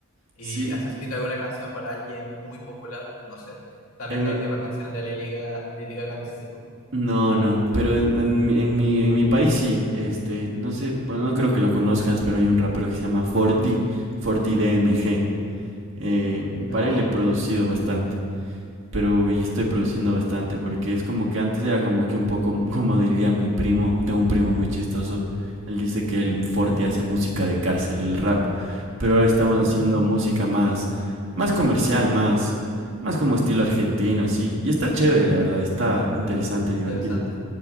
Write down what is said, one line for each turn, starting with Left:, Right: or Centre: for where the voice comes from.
Left: y
Right: Sí,
Left: has escrito alguna canción para alguien muy popular, no sé. Tal
Right: en
Left: vez la
Right: e-
Left: última canción de Lady Gaga, Lady Gaga la hiciste tú.
Right: no, no, pero en, en mi, en mi, en mi país sí, este, no sé, bueno, no creo que lo conozcas, pero hay un rapero que se llama Forti, Forti DMG, eh,
Left: No,
Right: para él he producido bastante, pero y estoy produciendo bastante, porque es como que antes era como que un poco, <laughs> como diría mi primo, tengo un primo muy chistoso, él dice que el Forti hace música de cárcel, el rap pero ahora estamos haciendo música más, más comercial, más, más como estilo argentino, así. Y está chévere, la verdad, está interesante, divertido.
Left: interesante.